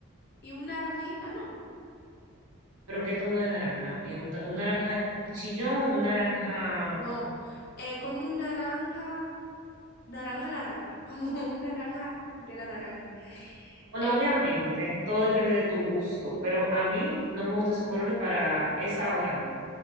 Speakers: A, on the left; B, on the right.
A: y un naranjita, no.
B: Pero ¿qué tono de naranja? Eh, ¿Un, un naranja chillón o un naranja
A: No, eh, como un naranja, naranja, naranja, <laughs> como un naranja de la naranja.
B: Bueno,
A: Eh,
B: obviamente, todo depende de tu gusto, pero a mí no me gustan esos colores para esa hora, no.